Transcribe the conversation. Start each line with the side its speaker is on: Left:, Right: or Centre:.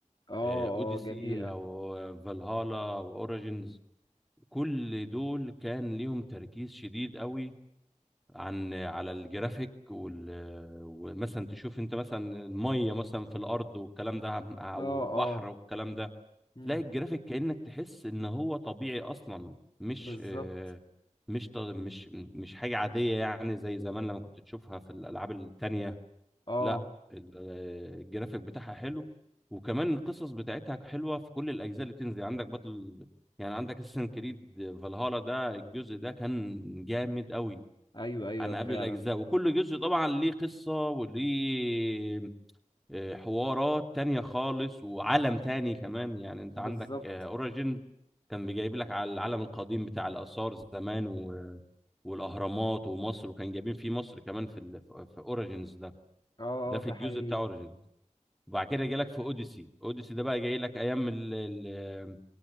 Left: اه
Centre: اوديسي
Left: اه جميلة
Centre: او فالهالا واوريجينز كل دول كان ليهم تركيز شديد قوي عن على الجرافيك وال... ومثلا تشوف انت مثلا الميه مثلا في الارض والكلام ده او
Left: اه
Centre: بحر
Left: اه
Centre: والكلام ده
Left: مم،
Centre: تلاقي الجرافيك كأنك تحس ان هو طبيعي اصلا مش
Left: بالظبط
Centre: آه، مش ط- مش مش حاجه عاديه يعني زي زمان لما كنت تشوفها في الالعاب التانية
Left: اه
Centre: لا ال- آه، الجرافيك بتاعها حلو وكمان القصص بتاعتها حلوه في كل الاجزاء اللي بتنزل عندك بطل يعني عندك اساسن كريد فالهالا ده الجزء ده كان جامد قوي
Left: ايوه ايوه
Centre: عن قبل
Left: فعلا
Centre: الأجزاء وكل جزء طبعا ليه قصة وليه آه، حوارات تانية خالص وعالم تاني كمان يعني انت
Left: بالظبط
Centre: عندك اوريجين كان بيجايب لك على العالم القديم بتاع الآثار زمان و... والأهرامات ومصر وكان جايبين فيه مصر كمان في ال... في اوريجينز ده
Left: اه
Centre: ده
Left: اه
Centre: في
Left: ده
Centre: الجزء
Left: حقيقي
Centre: بتاع اوريجينز وبعد كده جاي لك في اوديسي اوديسي ده بقى جاي لك ايام ال... ال...